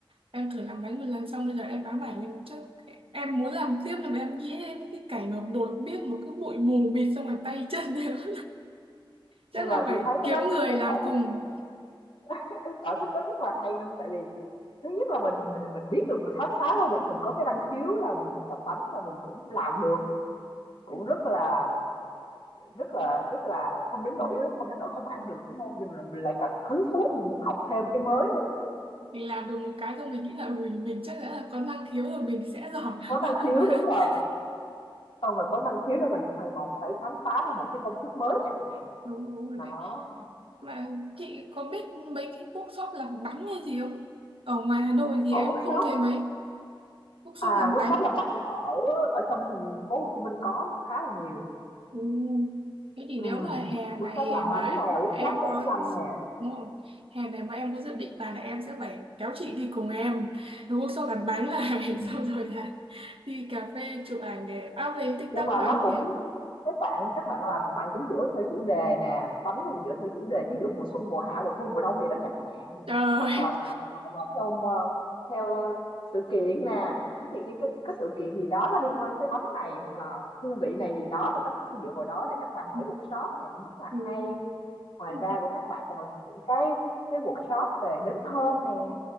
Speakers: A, on the right (about 80°); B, on the left (about 70°).
A: em thử làm bánh một lần xong bây giờ em ám ảnh em chứ em muốn làm tiếp là em nghĩ đến những cái cảnh mà bột biết một cái bụi mù bịt xong rồi tay chân đều. <laughs> Chắc
B: nhưng mà
A: là phải
B: chị thấy cái
A: kiếm
B: đó cũng
A: người
B: một cái
A: làm
B: sở
A: cùng.
B: thích cái sở thích đó rất là hay luôn tại vì thứ nhất là mình mình biết được mình khám phá ra được mình có cái năng khiếu là mình thích làm bánh là mình cũng làm được cũng
A: <laughs>
B: rất là Rất là rất là không đến nỗi không đến nỗi không ăn được, đúng không? Nhưng mà mình lại cần hứng thú, mình muốn học thêm cái mới nữa.
A: mình làm được một cái xong mình nghĩ là mình mình chắc đã là có năng khiếu rồi mình sẽ giỏi làm
B: Có năng
A: bắt đầu
B: khiếu, đúng rồi,
A: <laughs>
B: xong rồi có năng khiếu là mình sẽ mày mò phải khám phá ra một cái công thức mới chẳng hạn.
A: đúng đúng rồi
B: Đó,
A: đấy Mà chị có biết mấy cái workshop làm bánh hay gì không? Ở ngoài Hà Nội thì
B: ở
A: em
B: workshop
A: không thấy mấy workshop
B: à,
A: làm
B: workshop
A: bánh.
B: làm bánh ở ở trong thành phố Hồ Chí Minh có khá là nhiều.
A: Ừ. Thế thì
B: Ừm,
A: nếu mà hè
B: workshop
A: này
B: làm
A: mà
B: bánh nè, workshop
A: em
B: vẽ
A: có
B: tranh
A: dự-
B: nè.
A: đúng rồi. Hè này mà em có dự định là, là em sẽ phải kéo chị đi cùng em đúng workshop làm bánh này
B: <laughs>
A: <laughs> xong rồi là đi cà phê chụp ảnh để up lên TikTok
B: Nhưng mà
A: nói
B: nó cũng
A: kìa
B: các bạn các bạn làm các bạn cũng dựa theo chủ đề nè, bánh nó dựa theo chủ đề thí dụ mùa xuân, mùa hạ, mùa thu, mùa đông gì đó chẳng hạn.
A: trời
B: Hoặc là hoặc là theo ờ, theo sự kiện nè, những chuyện như các, các sự kiện gì đó nó liên quan tới bánh này hoặc là hương vị này gì đó thì các bạn sẽ dựa vào đó để các bạn
A: Ừ.
B: mở workshop này cũng rất là
A: <laughs>
B: hay. Ngoài
A: Ừ.
B: ra của các bạn còn làm những cái cái workshop về nến thơm nè,